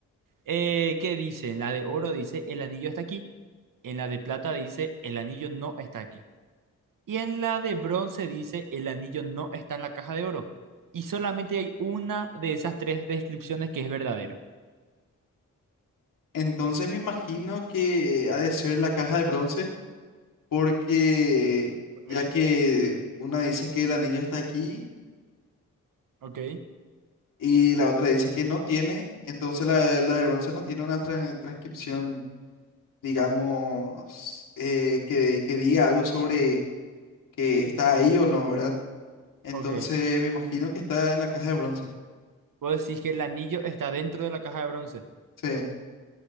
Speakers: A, on the right (about 85°); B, on the left (about 80°).
A: eh, que dice, en la de oro dice, el anillo está aquí. En la de plata dice, el anillo no está aquí. Y en la de bronce dice, el anillo no está en la caja de oro. Y solamente hay una de esas tres descripciones que es verdadera.
B: Entonces me imagino que ha de ser la caja de bronce, porque
A: Ok,
B: ya que una dice que el anillo está aquí.
A: ok,
B: Y la otra dice que no tiene, entonces la, la de bronce no tiene una tran- transcripción, digamos, eh, que, que diga algo sobre que está ahí o no, ¿verdad? Entonces
A: ok.
B: me imagino que está en la caja de bronce.
A: Vos decís que el anillo está dentro de la caja de bronce.
B: Sí.